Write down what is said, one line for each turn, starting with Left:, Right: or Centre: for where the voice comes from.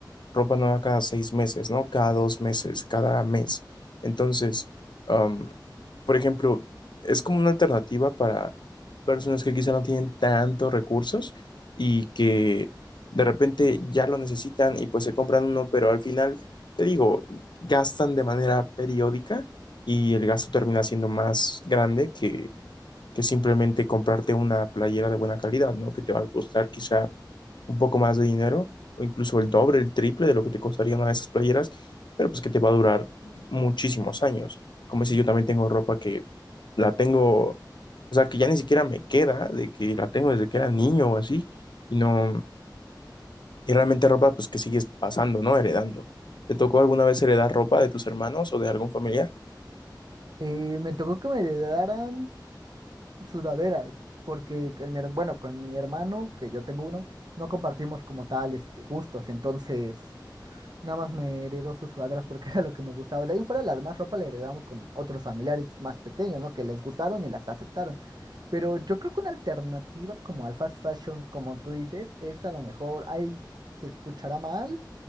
Left: ropa nueva cada seis meses, ¿no? Cada dos meses, cada mes. Entonces, am, por ejemplo, es como una alternativa para personas que quizá no tienen tantos recursos y que de repente ya lo necesitan y pues se compran uno, pero al final, te digo, gastan de manera periódica y el gasto termina siendo más grande que, que simplemente comprarte una playera de buena calidad, ¿no? Que te va a costar quizá un poco más de dinero, o incluso el doble, el triple de lo que te costaría una de esas playeras, pero pues que te va a durar muchísimos años. Como si yo también tengo ropa que la tengo, o sea, que ya ni siquiera me queda, de que la tengo desde que era niño o así, y no, y realmente ropa pues que sigues pasando, ¿no? Heredando. ¿Te tocó alguna vez heredar ropa de tus hermanos o de algún familiar?
Right: Y me tocó que me heredaran sudaderas, porque con mi her- bueno, con mi hermano, que yo tengo uno, no compartimos como tal este gustos, entonces Nada más me heredó sus sudaderas porque <laughs> era lo que me gustaba. De ahí en fuera, la demás ropa la heredamos con otros familiares más pequeños, ¿no? Que les gustaron y las aceptaron. Pero yo creo que una alternativa como al fast fashion, como tú dices, es a lo mejor, ahí se escuchará mal,